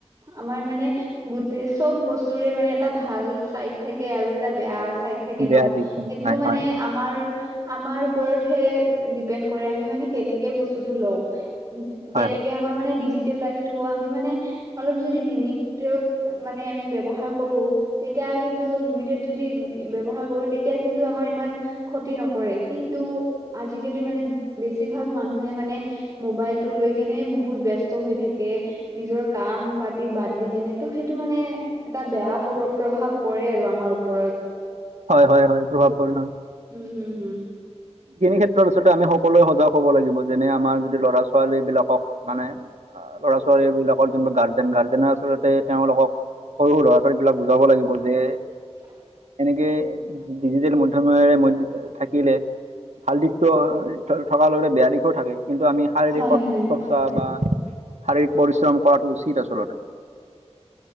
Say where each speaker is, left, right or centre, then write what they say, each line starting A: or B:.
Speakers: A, on the right (about 30°); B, on the right (about 85°).
A: আমাৰ মানে গোটেই চব বস্তুৰে মানে এটা ভাল চাইড থাকে আৰু এটা বেয়া চাইড থাকে
B: বেয়া
A: ন'
B: দিশ
A: এইটো
B: হয়
A: মানে
B: হয়
A: আমাৰ আমাৰ ওপৰতহে ডিপেণ্ড কৰে আমি মানে কেনেকে বস্তুটো লও
B: হয়
A: যেনেকে আমাৰ মানে ডিজিটেল লাইফটো আমি মানে অলপ যদি লিমিটত মানে আমি ব্যৱহাৰ কৰোঁ তেতিয়া কিন্ত লিমিটত যদি ব্যৱহাৰ কৰোঁ তেতিয়া তেতিয়া কিন্তু আমাৰ ইমান ক্ষতি নকৰে কিন্তু আজিকালি মানে বেছিভাগ মানুহে মানে মোবাইলটো লৈ কেনে বহুত ব্যস্ত হৈ থাকে। নিজৰ কাম পাতি বাদ দি কেনে ত' সেইটো মানে এটা বেয়া প্ৰ প্ৰভাৱ পৰে আৰু আমাৰ ওপৰত।
B: হয় - হয় - হয়, প্ৰভাৱ পৰে হয়।
A: উম, হুম, হুম,
B: এইখিনি ক্ষেত্ৰত আচলতে আমি সকলোৱে সজাগ হব লাগিব যেনে আমাৰ যদি লৰা ছোৱালী বিলাকক মানে আ, ল'ৰা ছোৱালীবিলাকৰ যোনটো গাৰ্জেন, গাৰ্জেনে আচলতে তেওঁলোকক সৰু সৰু ল'ৰা ছোৱালীবিলাক বুজাব লাগিব যে
A: <inaudible>
B: এনেকে ডিজিটেল মধ্যমৰে, থাকিলে ভাল দিশটো থকাৰ লগে লগে, বেয়া দিশো থাকে কিন্তু আমি শাৰীৰিক
A: হয়, হয়,
B: বা শাৰীৰিক পৰিশ্ৰম কৰাটো উচিত আচলতে।